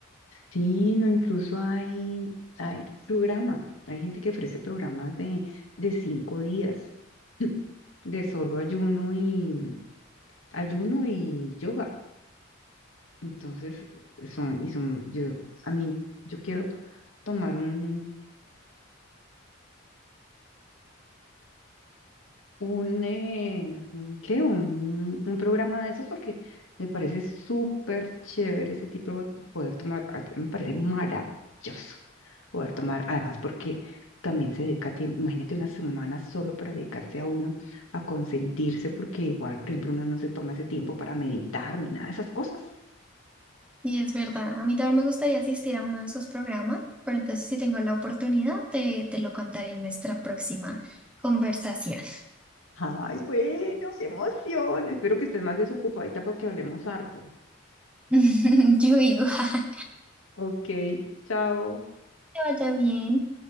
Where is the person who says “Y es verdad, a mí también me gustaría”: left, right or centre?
Centre